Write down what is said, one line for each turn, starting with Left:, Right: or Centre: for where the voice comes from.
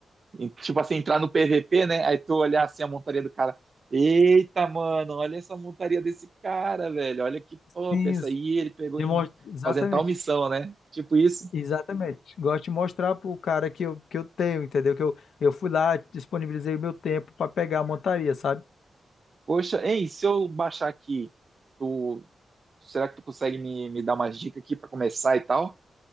Right: em- Tipo assim, entrar no PVP, né? Aí tu olhar assim a montaria do cara. Eita, mano, olha essa montaria desse cara, velho. Olha que top.
Left: Sim,
Right: Essa aí ele pegou
Left: Demonstra...
Right: em
Left: Exatamente.
Right: fazendo tal missão, né? Tipo isso.
Left: Exatamente. Gosto de mostrar pro cara que eu, que eu tenho, entendeu? Que eu, eu fui lá, disponibilizei o meu tempo para pegar a montaria, sabe?
Right: Poxa, hein, se eu baixar aqui, tu, será que tu consegue me, me dar umas dicas aqui pra começar e tal?